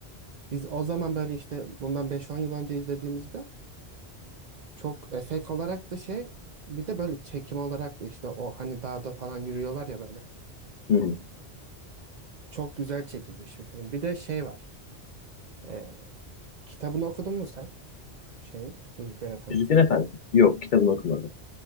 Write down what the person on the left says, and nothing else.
Hı hı.
Yüzüklerin Efendisi. Yok kitabını okumadım.